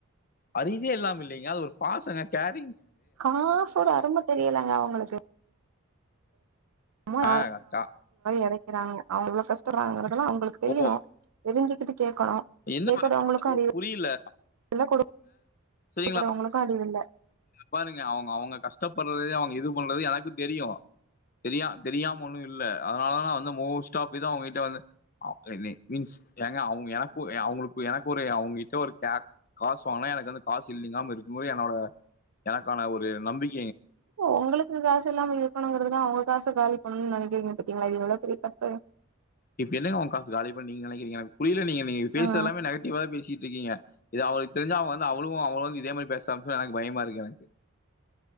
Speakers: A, on the left; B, on the right.
A: அறிவே இல்லாம இல்லீங்க அது ஒரு பாசங்க கேர்
B: காசோட அரும தெரிலங்க அவுங்களுக்கு அ <unintelligible>
A: ஆஹ்
B: இருக்காங்க அவங்க எவ்ளோ <unintelligible> அவுங்களுக்கு தெரியணு
A: ஓ
B: தெரிஞ்சு கேக்கணு
A: என்ன
B: கேக்குறவங்களுக்கும் அறிவில்ல
A: புரியல
B: குடுக்கிறவங்களுக்கும்
A: சரிங்களா
B: அறிவில்ல
A: பாருங்க அவுங்க அவுங்க கஷ்டப்படுறது அவுங்க இது பண்றது எனக்கு தெரியும் தெரிய தெரியாம ஒன்னும் இல்ல அதனால நா வந்து மோஸ் ஆப் இது வந்து அவுங்கிட்ட வந்து மீன்ஸ் அவுங்க எனக் அவுங்களுக்கு எனக்கு ஒரு அவுங்கிட்ட ஒரு கா காசு வாங்குன எனக்கு வந்து காசு இல்லாம இருக்கும் போது என்னோட எனக்கான ஒரு நம்பிக்க
B: உங்களுக்கு காசு இல்லாம இருக்கணுங்கிறது அவுங்க காச காலி பண்ணனு நெனைக்கிறீங்க பாத்தீங்களா இது எவ்ளோ பெரிய தப்பு
A: இப்ப என்னங்க உங்க காசு காலி பண்ணிட்டிங்க நீங்க நெனைக்கிறீங்க புரியல நீங்க நீங்க பேசுற
B: ஆ
A: எல்லாமே நெகட்டிவ பேசிட்டு இருக்கீங்க இது அவளுக்கு தெரிஞ்சா அவங்க வந்து அவளும் அவள வந்து இதே மாரி பேசின எனக்கு பயமா இருக்கு எனக்கு